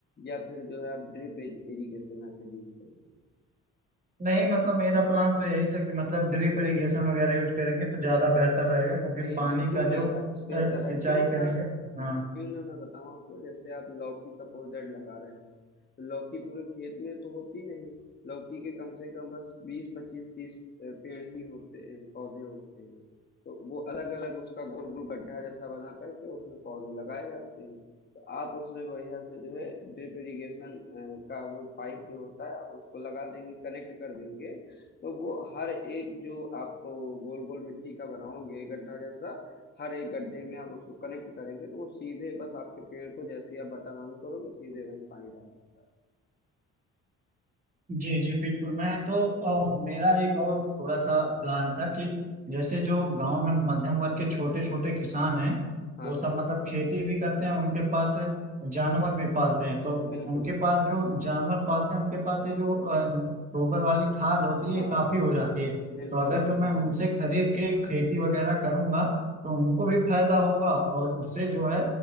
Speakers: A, on the left; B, on the right.
A: या फिर जो है आप ड्रिप इरिगेशन मेथड यूज करोगे
B: नहीं मतलब मेरा प्लान तो यही था कि मतलब ड्रिप इरिगेशन वगैरह यूज करेंगे तो ज्यादा
A: हाँ
B: बेहतर रहेगा क्योंकि
A: नहीं
B: पानी
A: बिल्कुल
B: का
A: मैं
B: जो अ,
A: अच्छा बेहतर
B: सिंचाई
A: है क्यों
B: करेंगे
A: मैं हाँ
B: हाँ
A: क्यों ना मैं बताऊं आपको जैसे आप लौकी सपोज दैट लगा रहे हो तो लौकी पूरे खेत में तो होती नहीं लौकी के कम से कम बस बीस पच्चीस तीस पेड़ ही होते हैं पौधे होते हैं तो वो अलग अलग उसका गोल गोल गड्ढा जैसा बना करके उसमें पौधे लगाए जाते हैं तो आप उसमें बढ़िया से जो है ड्रिप इरिगेशन का वो पाइप जो होता है आप उसको लगा देंगे कनेक्ट कर देंगे तो वो हर एक जो आप गोल गोल मिट्टी का बनाओगे गड्ढा जैसा हर एक गड्ढे में आप उसको कनेक्ट करेंगे तो वो सीधे बस आपके पेड़ को जैसे ही आप बटन ऑन करोगे सीधे वहीं पानी डालेंगे
B: जी जी बिल्कुल मैं तो अ, मेरा एक और थोड़ा सा प्लान था कि जैसे जो गांव में मध्यम वर्ग के छोटे छोटे किसान हैं
A: हाँ
B: वो सब
A: हाँ
B: मतलब खेती भी करते हैं उनके पास जानवर भी पालते हैं तो
A: बिल्कुल
B: उनके पास जो जानवर पालते हैं उनके पास ये जो अ, गोबर वाली खाद होती
A: हाँ
B: है ये काफी हो जाती है
A: बिल्कुल
B: तो अगर
A: बिल्कुल
B: जो मैं उनसे
A: सही बात
B: खरीद के खेती वगैरह करूंगा तो उनको भी फायदा होगा और उससे जो है